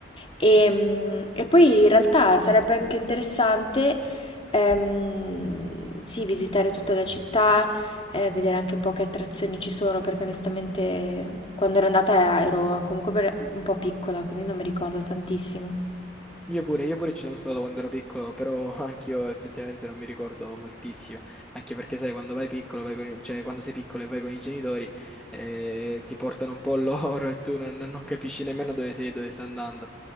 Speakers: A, on the left; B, in the centre.
A: E, mm, e poi in realtà sarebbe anche interessante, ehm, sì, visitare tutta la città, eh, vedere anche un po' che attrazioni ci sono, perché onestamente quando ero andata ero comunque per- un po' piccola, quindi non mi ricordo tantissimo.
B: Io pure, io pure ci sono stato quando ero piccolo, però <laughs> anch'io effettivamente non mi ricordo moltissimo, anche perché sai, quando vai piccolo, vai con i- cioè quando sei piccolo e vai con i genitori, eh, ti portano un po' <laughs> loro e tu non, non capisci nemmeno dove sei, e dove stai andando.